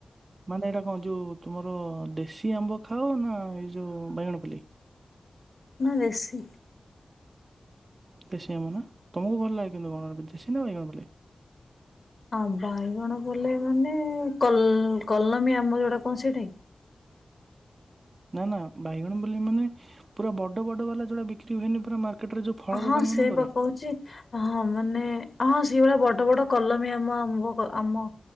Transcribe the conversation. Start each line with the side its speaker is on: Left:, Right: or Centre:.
Right: ମାନେ ଏଇଟା କଣ ଯୋଉ ତୁମର ଦେଶୀ ଆମ୍ବ ଖାଅ ନା ଏଇ ଯୋଉ ବାଇଗଣପଲେଇ?
Left: ନା ଦେଶୀ।
Right: ଦେଶୀ ଆମ୍ୱ ନା ତମକୁ ଭଲ ଲାଗେ କିନ୍ତୁ କଣ ଦେଶୀ ନା ବାଇଗଣପଲେଇ?
Left: ଆଁ ବାଇଗଣ ପଲେଇ ମାନେ କଲ୍ କଲମୀ ଆମ ଯୋଉଟା କଣ ସେଟାକି।
Right: ନା ନା ବାଇଗଣପଲେଇ ମାନେ ପୁରା ବଡ ବଡ ବାଲା ଯୋଡା ବିକ୍ରି ହୁଏନି ପୁରା ମାର୍କେଟ ରେ ଯୋଉ ଫଳ ଦୋକାନ
Left: ହଁ ସେଇପା
Right: ମାନଙ୍କରେ
Left: କହୁଚି। ହଁ ମାନେ ହଁ ସେଭଳିଆ ବଡ ବଡ କଲମୀ ଆମ ଆମ୍ୱ ଆମ